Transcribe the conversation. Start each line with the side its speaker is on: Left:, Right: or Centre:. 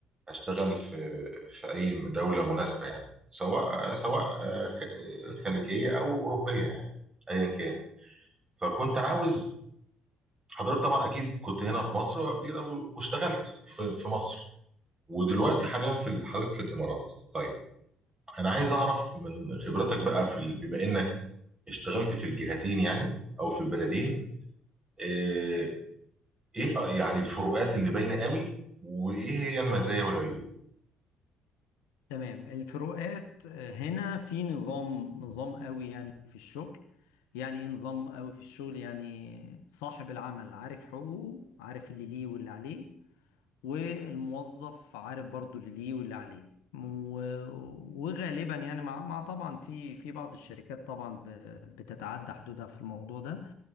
Right: اشتغل في في اي دوله مناسبه يعني سواء سواء آه، خ- خليجيه او اوروبيه يعني ايا كان فكنت عاوز حضرتك طبعا اكيد كنت هنا في مصر وقبل كده و- واشتغلت في في مصر ودلوقتي حاليا في ال- حضرتك في الامارات طيب انا عايز اعرف من خبرتك بقى في ال- بما انك اشتغلت في الجهتين يعني او في البلدين آه، ايه آه، يعني الفروقات اللي باينه قوي وايه هي المزايا والعيوب
Left: تمام الفروقات آه، هنا في نظام نظام قوي يعني في الشغل يعني ايه نظام قوي في الشغل يعني صاحب العمل عارف حقوقه عارف اللي ليه واللي عليه والموظف عارف برضو اللي ليه واللي عليه و- وغالبا يعني مع, مع طبعا في في بعض الشركات طبعا ب- بتتعدى حدودها في الموضوع ده